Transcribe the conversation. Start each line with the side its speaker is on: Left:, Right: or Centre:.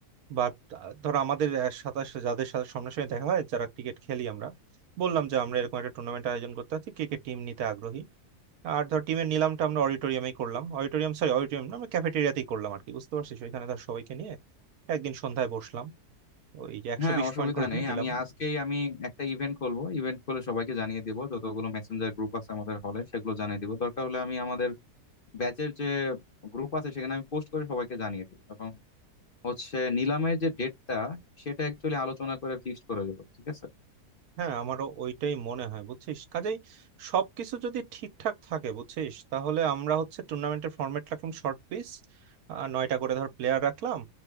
Right: বা ধর আমাদের সাথে যাদের সাথে সামনাসামনি দেখা হয় যারা ক্রিকেট খেলি আমরা বললাম যে আমরা এরকম একটা টুর্নামেন্ট আয়োজন করতে চাচ্ছি কে কে টিম নিতে আগ্রহী আর ধর টিমের নিলামটা আমরা অডিটোরিয়ামেই করলাম অডিটোরিয়াম সরি অডিটোরিয়াম না আমরা ক্যাফেটেরিয়াতেই করলাম আর কি বুঝতে পারছিস ওইখানে ধর সবাইকে নিয়ে একদিন সন্ধ্যায় বসলাম ওই যে একশো
Left: হ্যাঁ
Right: বিশ
Left: অসুবিধা
Right: পয়েন্ট করে
Left: নেই
Right: দিয়ে দিলাম
Left: আমি আজকেই আমি একটা ইভেন্ট খুলবো ইভেন্ট খুলে সবাইকে জানিয়ে দেবো যতগুলো মেসেঞ্জার গ্রুপ আছে আমাদের হলে সেগুলো জানিয়ে দেবো দরকার হলে আমি আমাদের ব্যাচের যে গ্রুপ আছে সেখানে আমি পোস্ট করে সবাইকে জানিয়ে দেবো এবং হচ্ছে নিলামের যে ডেটটা সেটা অ্যাকচুয়ালি আলোচনা করে ফিক্সড করে দেবো ঠিক আছে
Right: হ্যাঁ আমারও ওইটাই মনে হয় বুঝছিস কাজেই সবকিছু যদি ঠিকঠাক থাকে বুঝছিস তাহলে আমরা হচ্ছে টুর্নামেন্টের ফরম্যাট রাখলাম শর্ট পিচ আর নয়টা করে ধর প্লেয়ার রাখলাম